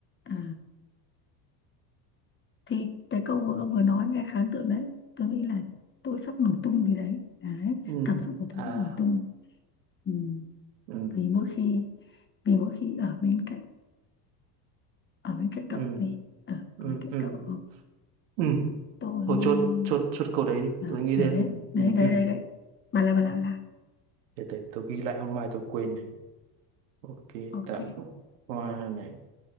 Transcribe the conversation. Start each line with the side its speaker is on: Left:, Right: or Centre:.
Left: à, thì cái câu vừa ông vừa nói nghe khá ấn tượng đấy tôi nghĩ là tôi sắp nổ tung gì đấy đấy
Right: ừ,
Left: cảm xúc của
Right: à,
Left: tôi sắp nổ tung ừ.
Right: ừ,
Left: vì mỗi khi vì mỗi khi ở bên cạnh ở bên cạnh
Right: ừ,
Left: cậu ấy ở,
Right: ừ,
Left: ở bên cạnh
Right: ừ,
Left: cậu
Right: ừ.
Left: tôi
Right: Thôi chốt, chốt, chốt câu đấy đi.
Left: à,
Right: Tôi nghĩ
Left: đấy
Right: đến,
Left: đấy đấy
Right: ừ,
Left: đấy
Right: ừ.
Left: đấy đấy bà là bà là bà là
Right: Để, để tôi ghi lại ông mai tôi quên này. Ok,
Left: ok
Right: tặng hoa này,